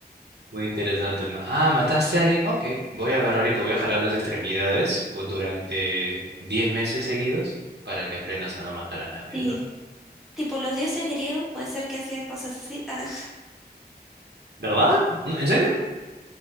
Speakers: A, on the right; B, in the centre.
A: Muy interesante, ¿no? Ah, mataste a alguien. Ok, voy a agarrar y te voy a jalar las extremidades pues, durante 10 meses seguidos para que aprendas a no matar a nadie,
B: Sí,
A: ¿no?
B: tipo los dioses griegos puede ser que hacían cosas así ah,
A: ¿Verdad? ¿No? ¿En serio?